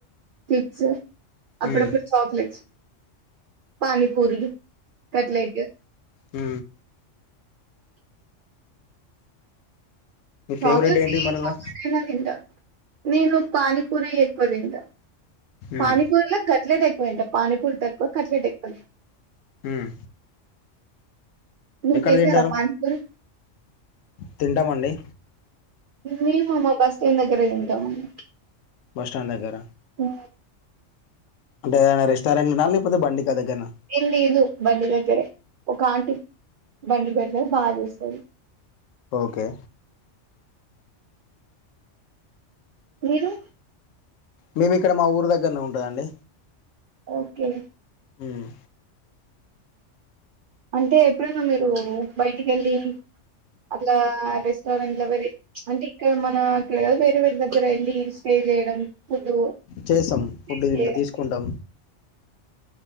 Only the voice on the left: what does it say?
ఉమ్
ఉ మీ ఫేవరెట్
ఏంటి మరలా
ఉమ్
ఉమ్
ఎక్కడ
తింటారు
తింటామండి
బస్టాడ్ దగ్గర
అంటే ఎదనా రెస్టారెట్లనా లేపోతే బండికా దెగ్గర్నా
ఓకే
మేము ఇక్కడ మా ఊరు దగ్గర్నే ఉంటదండి.
ఉమ్
చేస్తాం ఫుడ్
ఇంట్లో
తీసుకుంటాం